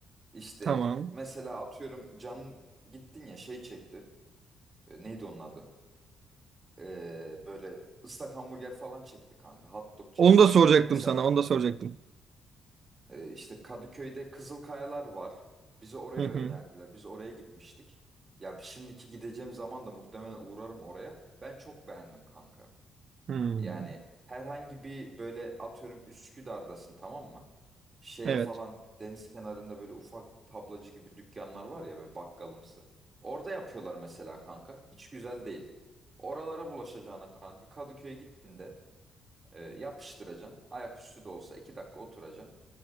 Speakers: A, on the right; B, on the right.
A: İşte
B: Tamam.
A: mesela atıyorum canın gittin ya şey çekti. E, neydi onun adı? E, böyle ıslak hamburger falan çekti kanka. Hot dog çekti.
B: Onu da soracaktım
A: Mesela
B: sana. Onu da soracaktım.
A: Ee, işte Kadıköy'de Kızılkayalar var. Bizi oraya
B: Hı hı.
A: önerdiler. Biz oraya gitmiştik. Ya şimdiki gideceğim zaman da muhtemelen uğrarım oraya. Ben çok beğendim kanka.
B: Hmm.
A: Yani herhangi bir böyle atıyorum Üsküdar'dasın tamam mı? Şeye
B: Evet.
A: falan deniz kenarında böyle ufak tablacı gibi dükkanlar var ya böyle bakkalımsı. Orada yapıyorlar mesela kanka. Hiç güzel değil. Oralara bulaşacağına kanka Kadıköy'e gittiğinde e, yapıştıracaksın. Ayaküstü de olsa iki dakika oturacaksın.